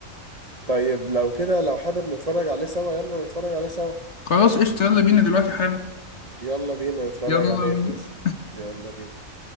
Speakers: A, on the right; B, on the left.
A: طيب لو كده لو حابب نتفرج عليه سوا يلا نتفرج عليه سوا
B: خلاص قشطه يلا بينا دلوقتي حالا
A: يلا بينا نتفرج
B: يلا
A: عليه يا
B: بينا
A: باشا يلا بينا